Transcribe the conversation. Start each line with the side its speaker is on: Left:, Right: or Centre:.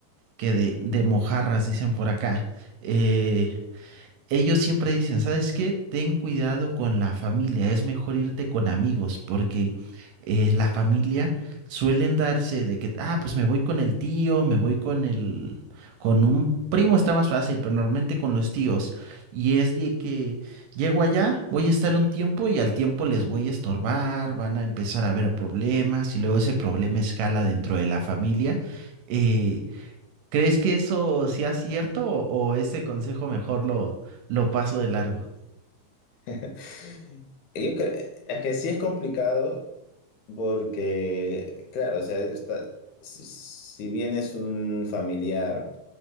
Right: que de, de mojarras, dicen por acá. eh, ellos siempre dicen, ¿sabes qué? Ten cuidado con la familia, es mejor irte con amigos, porque eh, la familia suelen darse de que, ah, pues me voy con el tío, me voy con el, con un primo está más fácil, pero normalmente con los tíos. Y es de que llego allá, voy a estar un tiempo y al tiempo les voy a estorbar, van a empezar a haber problemas y luego ese problema escala dentro de la familia. Eh, ¿Crees que eso sea cierto o, o ese consejo mejor lo, lo paso de largo?
Left: <laughs> Yo creo es que sí es complicado porque, claro, o sea, está- si si bien es un familiar,